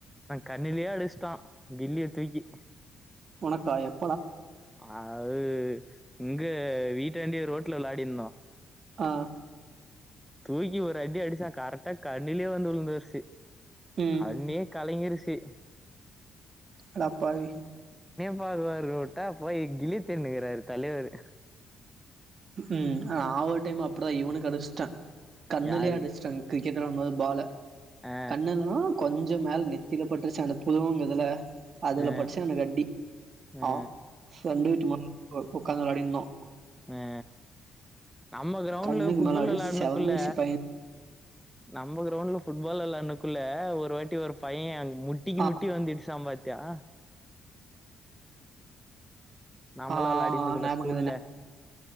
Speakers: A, in the centre; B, on the right (about 50°).
A: கண்ணிலியே அடிஷ்ட்டா கில்லிய தூக்கி
B: உனக்காயம்
A: ஆ அது இங்க வீட்டாண்டையே ரோட்ல விளாடிந்தோ.
B: ஆ
A: தூக்கி ஒரு அடி அடிசா கரெக்டா கண்ணிலயே வந்து விழுந்துருச்சி
B: ம்
A: கண்ணே கலங்கிருஷ் தி
B: அடப்பாவி
A: ப்பாருவாருட்டா கில்லி தேனுக்காரு தலைவர்ரு
B: ம் நா ஒரு டைம் அப்பிடிதா இவனக்கு அடிச்சிட்டே கண்ணுலே
A: யாருக்கு
B: அடிச்சட்டாங் கிரிக்கெட் விளையாடு போது பால
A: ஆ
B: கண்ணல்லா கொஞ் கொஞ்சோ மேல நெத்தியில பட்டுருச்சா அந்த புருவங்க இதுல அதுல
A: ஆ
B: பட்டுச்சுனுக்கு அடி
A: ஆ
B: அ ஃப்ரெண்ட் வீட் சும்மா <inaudible> ஒக்காந்து வெளயாடிட்டு இந்தோம்
A: ஆ நம்ம கிரவுண்ட்ல
B: கண்ணுக்கு
A: ஃபுட்பால்
B: மேல அடி
A: விளானுக்குள்ள
B: செவந்துருச்சு பைய
A: நம்ம கிரௌண்ட்ல ஃபுட்பால் விளயாண்டனுக்குள்ள ஒரு வாட்டி ஒரு பையே அங் முட்டிக்கு
B: ஆ
A: முட்டி வந்து இடிச்சா பா ட் ஆ நாம்பளா
B: ஆ
A: வெளாடிந்துக்குல
B: ஞாபகோ
A: ஸ்கூல்ல
B: இருக்குது